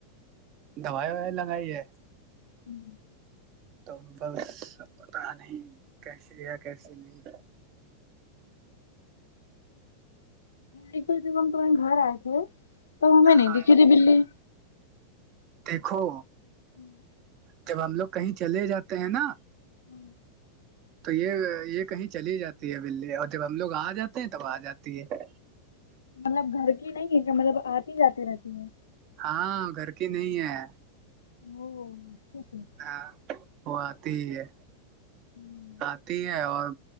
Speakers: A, on the right; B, on the left.
A: دوائی وائی لنگائی ہے
B: ہوں
A: تو بس سب پتا نہیں کیسیے یا کیسے نہیں
B: مکل ج م ہم توے گھر آئے تھ تو ہمیں نہیں
A: ہاں
B: دیکھی تی بلی
A: دیکھو
B: ہوں
A: جب ہم لوگ کہیں چلے جاتے ہیں نا
B: ہوں
A: تو یہ یہ کہیں چلی جاتی ہے بلی اور جب ہم لوگ آ جاتے ہیں تب آ جاتی ہے
B: مطلب گھر کی نہیں ہے کہ مطلب آتی جاتی رہتی ہے
A: ہاں گھر کی نہیں ہے
B: <unintelligible>
A: ہ وہ آتی ہے
B: ہوں
A: آتی ہے اور